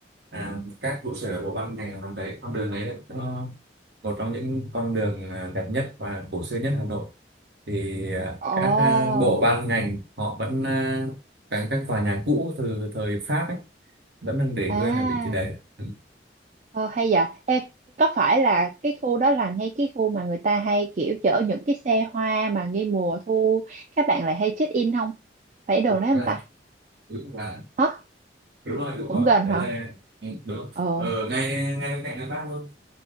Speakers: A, on the right (about 60°); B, on the right (about 40°).
A: à, các trụ sở bộ ban ngành ở hàng đấy con đường đấy nó một trong những con đường à, đẹp nhất và cổ xưa nhất Hà Nội thì à,
B: Ồ.
A: các à, bộ ban ngành họ vẫn à, các các tòa nhà cũ từ thời Pháp ấy vẫn đang để
B: À,
A: nguyên ở vị trí đấy Ừ,
B: ờ, hay vậy. Ê, có phải là cái khu đó là ngay cái khu mà người ta hay kiểu chở những cái xe hoa mà ngay mùa thu các bạn lại hay check in không? Phải đồ
A: đúng
B: đấy không
A: là
B: ta?
A: đúng là
B: Hả?
A: đúng rồi đúng
B: Cũng
A: rồi
B: gần
A: đấy
B: hả?
A: là ừ, đúng
B: Ờ.
A: ở ngay ngay bên cạnh Ngân Bác luôn